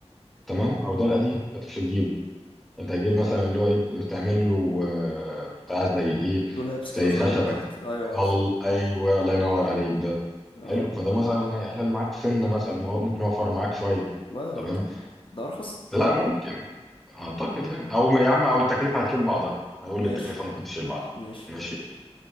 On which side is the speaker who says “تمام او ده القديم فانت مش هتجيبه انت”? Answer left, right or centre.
Centre